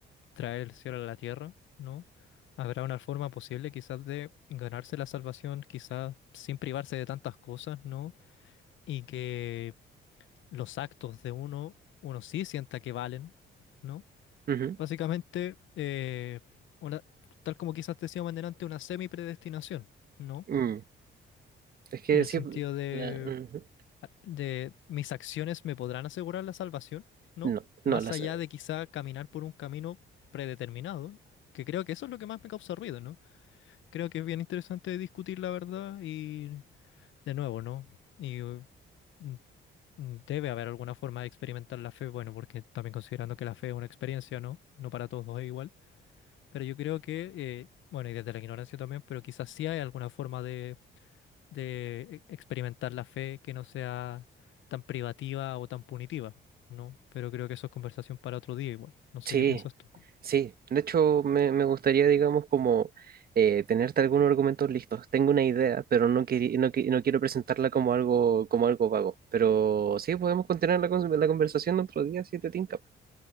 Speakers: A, on the left; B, on the right.
A: traer el cielo a la tierra, ¿no? ¿Habrá una forma posible quizás de ganarse la salvación, quizás sin privarse de tantas cosas, ¿no? Y que los actos de uno, uno sí sienta que valen, ¿no?
B: ujú,
A: Básicamente, eh, una, tal como quizás decíamos delante, una semi-predestinación, ¿no?
B: mm, es que
A: En el
B: sí,
A: sentido de
B: la- ujú,
A: de mis acciones me podrán asegurar la salvación, ¿no?
B: no,
A: Más
B: no, las,
A: allá de quizá caminar por un camino predeterminado, ¿no? que creo que eso es lo que más me causa ruido, ¿no? Creo que es bien interesante discutir la verdad y de nuevo, ¿no? Y uh, mm, mm, debe haber alguna forma de experimentar la fe, bueno, porque también considerando que la fe es una experiencia, ¿no? No para todos es igual, pero yo creo que, eh, bueno, y desde la ignorancia también, pero quizás sí hay alguna forma de de e- experimentar la fe que no sea tan privativa o tan punitiva, ¿no? Pero creo que eso es conversación para otro día igual. No sé
B: sí,
A: qué piensas tú.
B: Sí, de hecho me, me gustaría, digamos, como eh, tenerte algunos argumentos listos. Tengo una idea, pero no, queri- no, qui- no quiero presentarla como algo, como algo vago. Pero sí, podemos continuar la, cons- la conversación otro día si te tinca.